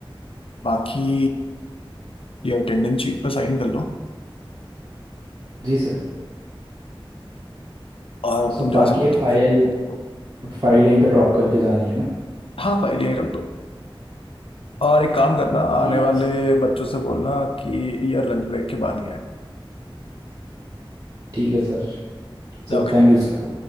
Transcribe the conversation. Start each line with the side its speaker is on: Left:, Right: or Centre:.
Left: बाकी ये अटेंडेंस शीट पे साइन कर लो
Right: जी सर
Left: और अब
Right: सर
Left: तुम जा
Right: बाकी
Left: सकते
Right: ये फाइल
Left: हो
Right: फाइल यहीं पे ड्रॉप करके जानी है ना
Left: हाँ फाइल यहीं रख दो और एक काम करना आने
Right: ठीक
Left: वाले
Right: है सर
Left: बच्चों से बोलना कि यार लंच ब्रेक के बाद ही आए
Right: ठीक है sir Sir
Left: ओके
Right: thank you sir